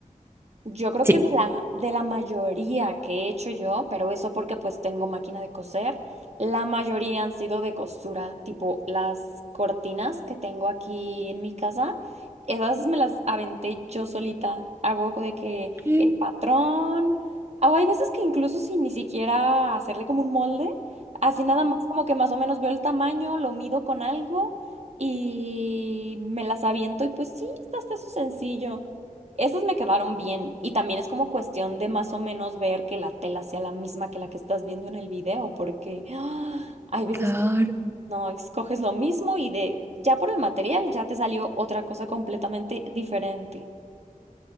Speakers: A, on the right (about 50°); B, on the right (about 15°).
A: Yo creo
B: sí.
A: que de la, de la mayoría que he hecho yo, pero eso porque pues tengo máquina de coser, la mayoría han sido de costura, tipo las cortinas que tengo aquí en mi casa, esas me las aventé yo solita. Hago de que
B: Mm,
A: el patrón, o hay veces que incluso sin ni siquiera hacerle como un molde, así nada más como que más o menos veo el tamaño, lo mido con algo y me las aviento y pues sí, está hasta eso sencillo. Esas me quedaron bien y también es como cuestión de más o menos ver que la tela sea la misma que la que estás viendo en el video, porque ¡ah! hay veces
B: Ujú.
A: que no escoges lo mismo y de ya por el material ya te salió otra cosa completamente diferente.